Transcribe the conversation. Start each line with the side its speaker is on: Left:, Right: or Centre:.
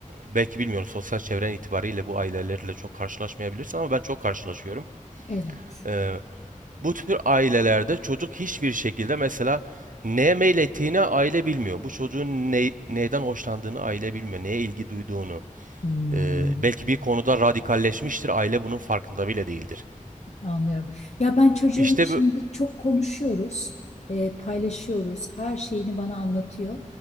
Right: belki bilmiyorum sosyal çevren itibariyle bu ailelerle çok karşılaşmayabilirsin ama ben çok karşılaşıyorum.
Left: Evet.
Right: E, bu tür ailelerde çocuk hiçbir şekilde mesela neye meylettiğini aile bilmiyor. Bu çocuğun ne, neyden hoşlandığını aile bilmiyor. Neye ilgi duyduğunu.
Left: Hmm.
Right: E, belki bir konuda radikalleşmiştir. Aile bunun farkında bile değildir.
Left: Anlıyorum. Ya ben çocuğumla
Right: İşte
Left: şimdi
Right: bu
Left: çok konuşuyoruz, e, paylaşıyoruz, her şeyini bana anlatıyor.